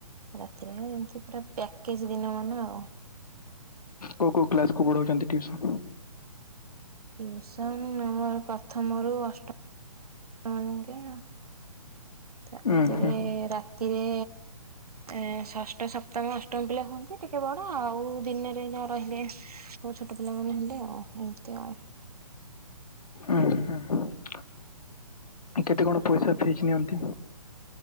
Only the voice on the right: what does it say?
ରାତିରେ ଏମତି ପୁରା ପ୍ୟାକେଜ ଦିନ ମାନେ ଆଉ।
ଟିଉସନ ମୋର ପ୍ରଥମରୁ ଅଷ୍ଟ <unintelligible> ତା ଭିତରେ
ରାତିରେ ଏ ଷଷ୍ଠ ସପ୍ତମ ଅଷ୍ଟମ ପିଲା ହୁଅନ୍ତି ଟିକେ ବଡ ଆଉ ଦିନରେ ଯାହା ରହିଲେ ମୋ ଛୋଟ ପିଲା ମାନ ହେଲେ ଆଉ ଏମିତି ଆଉ।